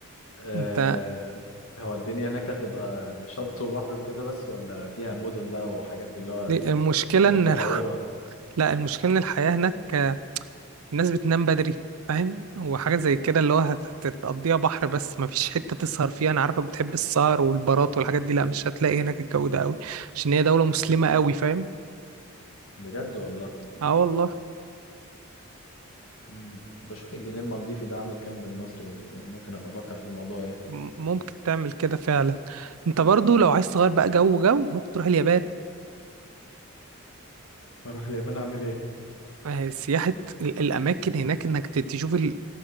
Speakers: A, on the left (about 65°); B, on the right (about 75°).
A: آه،
B: أنت
A: هو الدنيا هناك هتبقى شط وبحر وكده بس ولا فيها مدن بقى وحاجات اللي هو
B: المشكلة
A: متطورة
B: إن الح... لا المشكلة إن الحياة هناك الناس بتنام بدري فاهم وحاجة زي كده اللي هو هت- هتقضيها بحر بس مفيش حتة تسهر فيها أنا عارفك بتحب السهر والبارات والحاجات دي لأ مش هتلاقي هناك الجو ده أوي عشان هي دولة مسلمة أوي فاهم
A: بجد والله
B: اه والله
A: مم. بشوف الجنيه المالديفي ده عامل كام بالمصري وممكن ابقى افكر في الموضوع يعني
B: م- ممكن تعمل كده فعلا انت برضو لو عايز تغير بقى جو جو ممكن تروح اليابان
A: اروح اليابان اعمل ايه
B: آه، سياحة ال- الأماكن هناك إنك ت- تشوف ال-